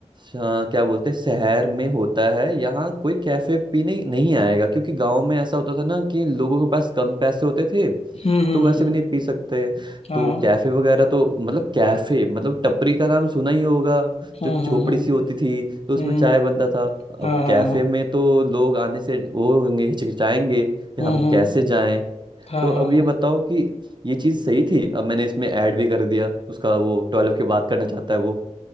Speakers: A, on the right; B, on the left.
A: अ, क्या बोलते हैं, शहर में होता है यहाँ कोई कैफे पीने नहीं आएगा क्योंकि गांव में ऐसा होता था ना कि लोगों के पास कम पैसे होते थे
B: हम्म हम्म
A: तो वैसे
B: हम्म
A: भी
B: हम्म,
A: नहीं पी सकते हैं
B: हाँ
A: तो कैफे वगैरह तो मतलब कैफे मतलब टपरी का नाम सुना ही होगा
B: हम्म
A: जो
B: हम्म
A: झोपड़ी
B: हम्म
A: सी होती थी तो उसमें
B: हम्म,
A: चाय बनता था अब
B: हाँ हाँ
A: कैफे
B: हाँ
A: में तो लोग आने से वो होंगे हिचकिचाएंगे कि
B: हम्म
A: हम
B: हम्म
A: कैसे जाएं
B: हाँ
A: तो अब
B: हाँ हाँ
A: ये बताओ कि ये चीज सही थी अब मैंने इसमें ऐड भी कर दिया उसका वो टॉयलेट की बात करना चाहता है वो